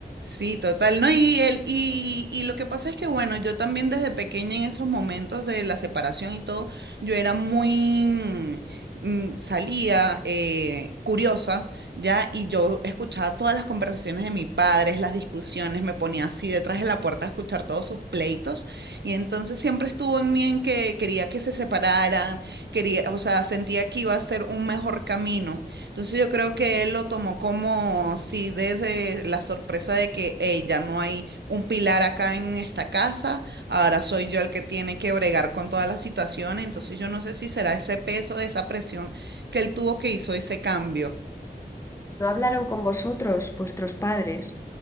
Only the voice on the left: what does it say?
¿No hablaron con vosotros, vuestros padres?